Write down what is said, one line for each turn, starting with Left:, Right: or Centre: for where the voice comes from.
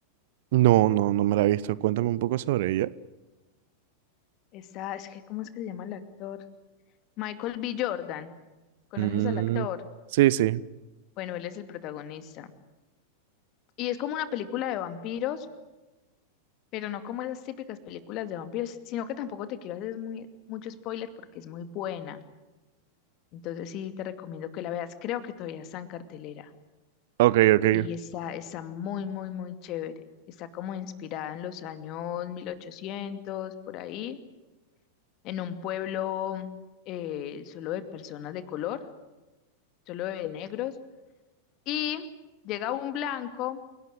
Right: No, no, no me la he visto. Cuéntame un poco sobre ella.
Left: Esta, es que, ¿cómo es que se llama el actor? Michael B. Jordan. ¿Conoces
Right: Mm,
Left: al actor?
Right: sí, sí.
Left: Bueno, él es el protagonista. Y es como una película de vampiros, pero no como esas típicas películas de vampiros, sino que tampoco te quiero hacer muy, mucho spoiler porque es muy buena. Entonces sí te recomiendo que la veas. Creo que todavía está en cartelera.
Right: Ok, ok.
Left: Y está, está muy, muy, muy chévere. Está como inspirada en los años 1800 por ahí, en un pueblo eh, solo de personas de color, solo de negros. Y llega un blanco